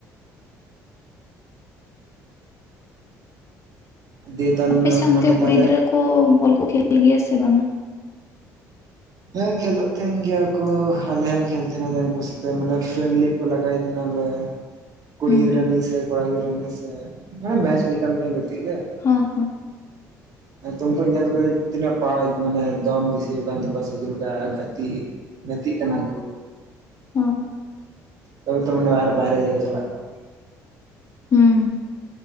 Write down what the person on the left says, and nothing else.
ᱟᱯᱮ ᱥᱮ ᱚᱱᱛᱮ
ᱠᱩᱲᱤ ᱜᱤᱫᱽᱨᱟᱹ ᱠᱚ ᱵᱚᱞ ᱠᱚ ᱠᱷᱮᱞ ᱜᱮᱭᱟ ᱥᱮ ᱵᱟᱝᱟ᱾
ᱦᱩᱸ
ᱦᱚᱸ ᱦᱚᱸ᱾
ᱦᱚᱸ
ᱦᱩᱸ